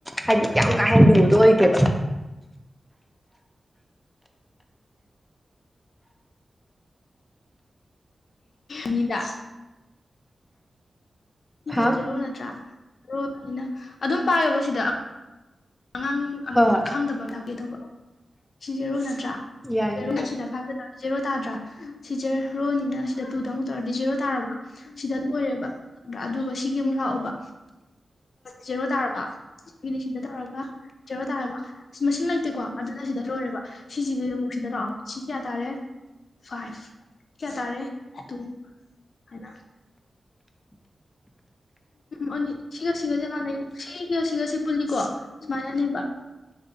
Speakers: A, in the centre; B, on the left.
A: ꯍꯥꯏꯗꯤ ꯌꯥꯝ ꯀꯥ ꯍꯦꯟꯅ ꯂꯨꯕꯗ ꯑꯣꯏꯗꯦꯕ
B: ꯅꯤꯗꯥ
A: ꯍꯥ
B: ꯁꯦ ꯖꯦꯔꯣ ꯅꯠꯇ꯭ꯔꯥ ꯖꯔꯣꯅꯤꯅ ꯑꯗꯨꯝ ꯄꯥꯏꯌꯣꯕ ꯁꯤꯗ ꯑꯉꯥꯡ ꯑꯝꯇꯪ
A: ꯍꯣꯏ ꯍꯣꯏ
B: ꯈꯪꯗꯕ ꯑꯃ ꯇꯥꯛꯀꯦ ꯇꯧꯕ ꯁꯤ ꯆꯦꯔꯣ ꯅꯠꯇ꯭ꯔꯥ
A: ꯌꯥꯏ
B: ꯆꯦꯔꯨꯝꯁꯤꯗ
A: ꯌꯥꯏ
B: ꯐ ꯖꯦꯣ ꯇꯥꯗ꯭ꯔꯥ ꯁꯤ ꯖꯦꯔꯣꯅꯤꯅ ꯁꯤꯗ ꯇꯨꯗ ꯑꯃꯨꯛ ꯇꯧꯔꯗꯤ ꯖꯦꯔꯣ ꯇꯥꯔꯕ ꯁꯤꯗ ꯂꯔꯦꯕ ꯑꯗꯨꯒ ꯁꯤꯒꯤ ꯑꯃꯨꯛ ꯂꯥꯛꯑꯣꯕ ꯁꯤ ꯇꯥꯔꯕ ꯏꯂꯤ ꯁꯤꯟꯗ ꯇꯧꯔꯒ ꯆꯦꯔꯣ ꯇꯥꯔꯕ ꯃꯁꯤꯡ ꯂꯩꯇꯦꯀꯣ ꯑꯗꯨꯅ ꯁꯤꯗ ꯂꯣꯏꯔꯦꯕ ꯁꯤꯁꯤꯒꯤ ꯑꯃꯨꯛ ꯁꯤꯗ ꯂꯥꯛꯑꯣ ꯁꯤ ꯀꯌꯥ ꯇꯥꯔꯦ ꯐꯥꯏꯚ ꯀꯌꯥ ꯇꯥꯔꯦ ꯇꯨ ꯍꯅ ꯎꯝꯅꯤ ꯁꯤꯒ ꯁꯤꯒꯁꯦ ꯃꯥꯟꯅꯩ ꯁꯤꯒꯁꯤꯒꯁꯦ ꯄꯨꯜꯂꯤꯀꯣ ꯁꯨꯃꯥꯏꯅꯅꯦ